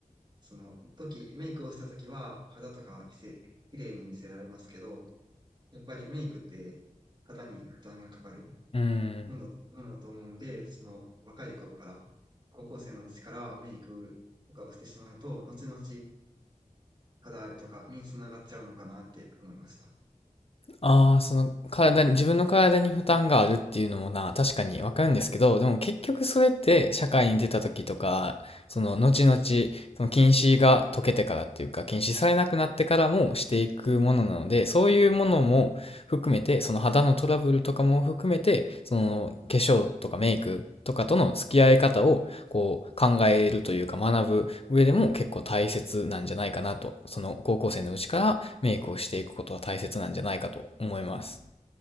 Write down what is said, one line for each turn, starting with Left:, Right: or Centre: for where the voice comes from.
Right: その時、メイクをした時は肌とかはきせ、綺麗に見せられますけど、やっぱりメイクって肌に負担がかかる
Left: うん
Right: もの、ものだと思うんで、その若い頃から、高校生のうちからメイクとかをしてしまうと、後々肌荒れとかにつながっちゃうのかなって思いました。
Left: ああ、その体に、自分の体に負担があるっていうのもな、確かにわかるんですけど、でも結局それって社会に出た時とか、その後々、その禁止が解けてからっていうか、禁止されなくなってからもしていくものなので、そういうものも含めて、その肌のトラブルとかも含めて、その化粧とかメイクとかとの付き合い方をこう考えるというか学ぶ上でも結構大切なんじゃないかなと、その高校生のうちからメイクをしていくことは大切なんじゃないかと思います。